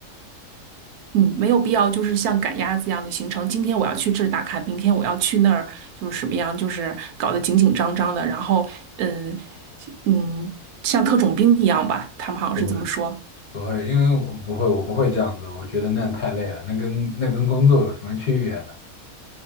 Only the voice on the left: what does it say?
不会不会，因为我不会，我不会这样子，我觉得那样太累了，那跟那跟工作有什么区别呢？